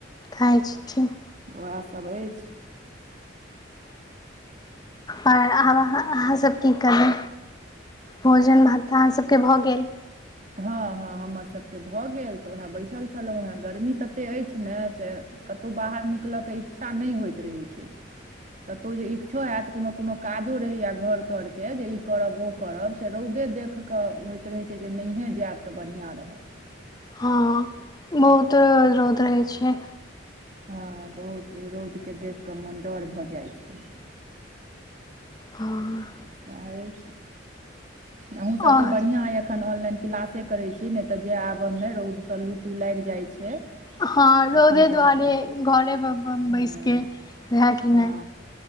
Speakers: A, on the left (about 20°); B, on the right (about 40°).
A: खाइ छथिन।
B: वैह सब अछि।
A: आओर आब-अहाँ-अहाँ सब की करबै? भोजन भात अहाँसब के भऽ गेल?
B: हँ-हँ हमर सब के भऽ गेल, तऽ ओहैऽ बैसल छलौं हेँ, गर्मी तते अछि ने से कतौ बाहर निकलय के इच्छा नहि होइत रहै छै। कतौ जे इक्छो हैत, कुनो-कुनो काजो रहैयाऽ घर-तर के जे ई करब, ओ करब रौदे देख के होइत रहे छै जे नहिये जैऽब तऽ बढ़िया रहत।
A: हँ, बहुते रौद रहै छै।
B: हँ बहुत रौदके देखि कऽ, मोन डर भऽ जाइत छै।
A: हॉंऽ।
B: सैह अछि, आहुं सबके
A: आओर
B: बढियाँ अइ अखन ऑनलाइन किलासे करै छी, नैय तऽ जैऽ आबऽ में रौद स लू-तू लाइग जाइ छै।
A: हँ, रौदे
B: एखुनका
A: दुआरे
B: सभ
A: घरे पर अपन
B: हँ
A: बैसके नहैऽ कि नैय?
B: हँ